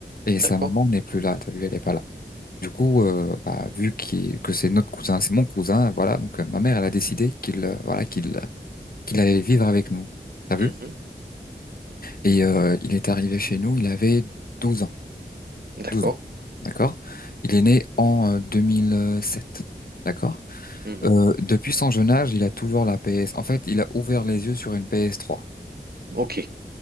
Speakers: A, on the left (about 55°); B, on the right (about 60°).
A: et
B: d'accord,
A: sa maman n'est plus là. T'as vu, elle est pas là. Du coup, euh, bah, vu qu'il- que c'est notre cousin, c'est mon cousin, voilà. Donc euh, ma mère, elle a décidé qu'il, euh, voilà, qu'il, qu'il allait vivre avec nous. T'as vu?
B: Mhm.
A: Et euh, il est arrivé chez nous. Il avait 12 ans.
B: d'accord,
A: 12 ans, d'accord? Il est né en euh, 2007, d'accord?
B: Mhm.
A: Euh, depuis son jeune âge, il a toujours la PS. En fait, il a ouvert les yeux sur une PS3.
B: ok,